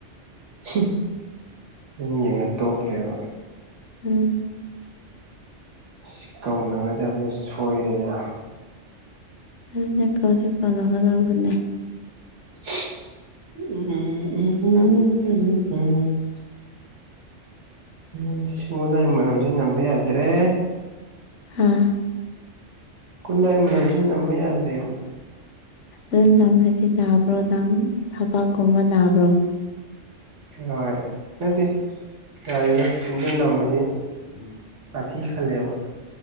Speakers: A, on the right; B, on the left.
A: ꯍꯝ ꯑꯗꯨꯝ ꯌꯦꯡꯉ ꯇꯣꯛꯈ꯭ꯔꯦꯕ
B: ꯎꯝ
A: <unintelligible> ꯀꯧꯅꯒꯗꯤ ꯑꯃꯨꯛ ꯁꯣꯏꯔꯦꯗ
B: ꯑꯗꯨꯅ ꯀꯧꯗꯤ ꯀꯧꯅꯒꯗꯕꯅꯦ
A: <unintelligible> <unintelligible> ꯃꯅꯝꯁꯦ ꯅꯝꯕ ꯌꯥꯗ꯭ꯔꯦ
B: ꯎꯝ
A: ꯒꯨꯠꯅꯥꯥꯏ ꯃꯅꯝꯁꯤ ꯅꯝꯕ ꯌꯥꯗ꯭ꯔꯦꯕ
B: ꯑꯗꯨ ꯅꯝꯔꯗꯤ ꯅꯥꯕ꯭ꯔꯣ ꯅꯪ ꯊꯕꯥꯛꯀꯨꯝꯕ ꯅꯥꯕ꯭ꯔꯣ
A: ꯍꯣꯏ ꯅꯠꯇꯦ ꯌꯥꯔꯦꯗ ꯑꯗꯨꯅꯝꯃꯗꯤ
B: <unintelligible>
A: ꯍꯥꯛꯊꯤ ꯈꯜꯂꯦꯕ